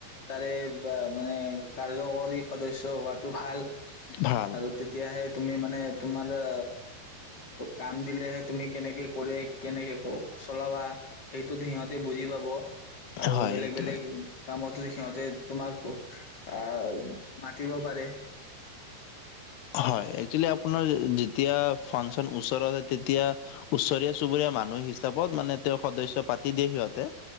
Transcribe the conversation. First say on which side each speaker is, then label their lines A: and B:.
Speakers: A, on the left; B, on the left.
A: তাৰে। বা-মানে। <unintelligible> সদস্য হোৱাতটো ভাল।
B: ভাল
A: আৰু তেতিয়াহে তুমি মানে তোমাৰ-অ কাম। দিলে। তুমি কেনেকে কৰে কেনেকে চলাবা। সেইটোতো সিহঁতে বুজি পাব। আৰু
B: হয়
A: বেলেগ
B: সেইটো
A: বেলেগ
B: হয়।
A: কামতো। সিহঁতে তোমাৰ। আহ মাতিব পাৰে।
B: হয় একচেলি আপোনাৰ যেতিয়া ফাংচন ওচৰতছে তেতিয়া ওচৰীয়া চুবুৰীয়া মানুহ হিচাপত মানে তেওঁ সদস্য পাতি দিয়ে সিহঁতে।